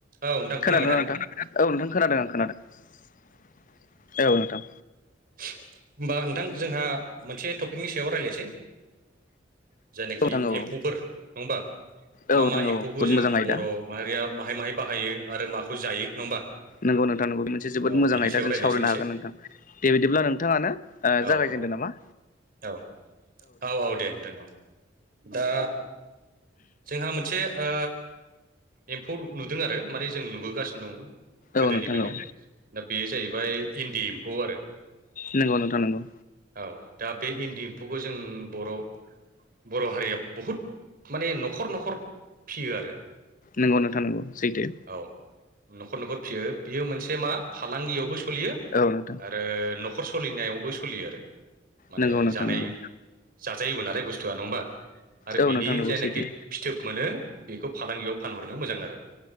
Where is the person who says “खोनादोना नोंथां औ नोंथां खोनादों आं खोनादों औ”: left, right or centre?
Left